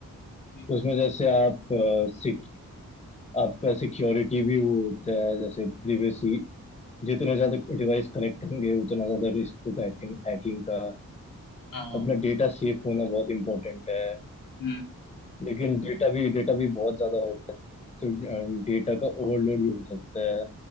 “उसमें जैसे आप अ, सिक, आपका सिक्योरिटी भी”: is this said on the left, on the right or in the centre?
Left